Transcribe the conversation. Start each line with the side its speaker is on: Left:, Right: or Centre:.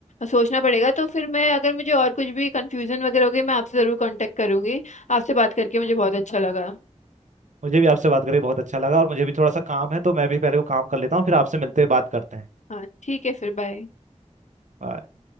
Left: सोचना पड़ेगा तो फिर मैं अगर मुझे और कुछ भी कंफ्यूजन वगैरह होगी मैं आपसे जरूर कांटेक्ट करूंगी आपसे बात करके मुझे बहुत अच्छा लगा
Right: मुझे भी आपसे बात करके बहुत अच्छा लगा और मुझे भी थोड़ा सा काम है तो मैं भी पहले वो काम कर लेता हूँ फिर आपसे मिलते बात करते हैं
Left: हाँ ठीक है फिर बाय
Right: Bye.